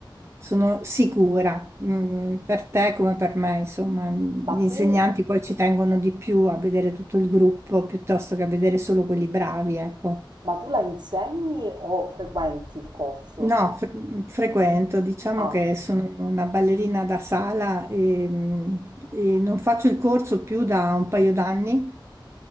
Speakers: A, on the right (about 30°); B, on the right (about 55°).
A: sono sicura. Mm, per te come per me, insomma, gli
B: Ma
A: insegnanti
B: tu,
A: poi ci tengono di più a vedere tutto il gruppo piuttosto che a vedere solo quelli bravi, ecco.
B: ma tu la insegni o frequenti il corso?
A: No, fre- frequento, diciamo
B: Ah,
A: che sono una ballerina da sala e, mm, e non faccio il corso più da un paio d'anni.